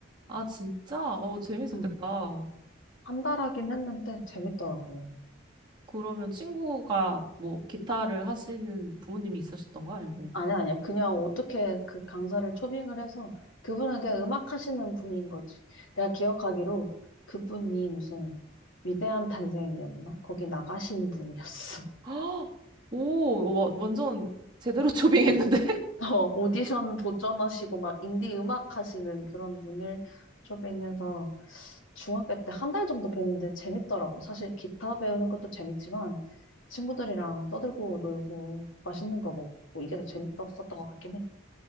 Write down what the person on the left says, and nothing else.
응.
한 달 하긴 했는데 재밌더라고.
아니야, 아니야. 그냥 어떻게 그 강사를 초빙을 해서 그분은 그냥 음악 하시는 분인 거지. 내가 기억하기로 그분이 무슨 위대한 탄생이었나? 거기 나가신 분이었어.
어, 오디션 도전하시고 막 인디 음악 하시는 그런 분을 쫓으면서 중학교 때 한 달 정도 배우는데 재밌더라고. 사실 기타 배우는 것도 재밌지만 친구들이랑 떠들고 놀고 맛있는 거 먹고 이게 더 재밌었던 것 같긴 해.